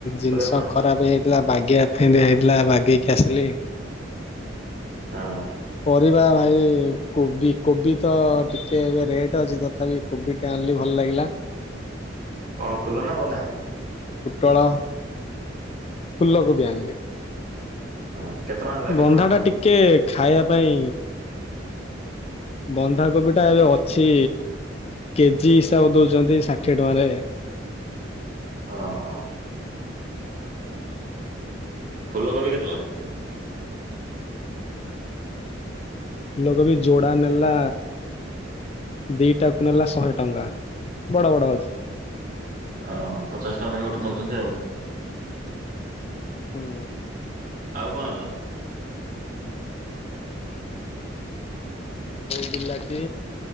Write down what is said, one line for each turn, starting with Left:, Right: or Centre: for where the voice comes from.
Left: ଜିନିଷ
Right: ପରିବା କଣ ଆଣିଲ?
Left: ଖରାପ ହେଇଯାଇଥିଲା, ବାଗେଇବା ପାଇଁ ଦିଆ ହେଇଥିଲା ବାଗେଇକି ଆସିଲି ।
Right: ହଁ ।
Left: ପରିବା ଭାଇ କୋବି କୋବି ତ ଟିକେ ଏବେ ରେଟ୍ ଅଛି, ତଥାପି କୋବିଟେ ଆଣିଲି ଭଲ ଲାଗିଲା ।
Right: କଣ ଫୁଲ ନା ବନ୍ଧା?
Left: ପୁଟଳ । ଫୁଲକୋବି ଆଣିଲି।
Right: ହଁ। କେତେ ଟଙ୍କା ନେଲା କେତେ
Left: ବନ୍ଧା
Right: ଟଙ୍କା ନେଲା?
Left: ଟା ଟିକେ । ଖାଇବା ପାଇଁ ବନ୍ଧାକୋବିଟା ଏବେ ଅଛି କେଜି ହିସାବ ଦଉଛନ୍ତି ଷାଠିଏ ଟଙ୍କାରେ ।
Right: ଅହ । ଫୁଲକୋବି କେତେ ପ
Left: ଫୁଲକୋବି ଯୋଡା ନେଲା ଦିଟାକୁ ନେଲା ଶହେ ଟଙ୍କା ବଡ ବଡ ଅଛି ।
Right: ଓ ପଚାଶ ଟଙ୍କା ନେଇ ଗୋଟେ ନେଉଛନ୍ତି ଆଉ ।
Left: ହୁଁ।
Right: ଆଉ କଣ ଆଣିଲ?
Left: ଆଉ ବିଲାତି,